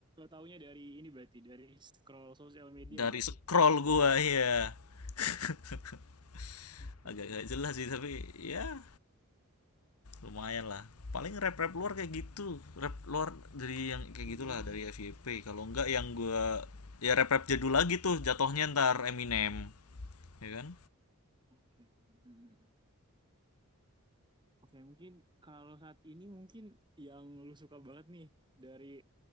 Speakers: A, on the right; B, on the left.
A: taunya dari ini berarti, dari scroll sosial media
B: dari
A: berarti.
B: scroll gue ya <laughs>
A: Oke.
B: agak-agak jelas sih tapi ya lumayan lah paling rap rap luar kayak gitu rap luar dari yang kayak
A: Hmm.
B: gitulah dari FYP kalau enggak yang gue ya rap rap jadul lagi tuh jatohnya ntar Eminem ya kan
A: Oke. Hmm. Oke, mungkin kalau saat ini mungkin yang lu suka banget nih dari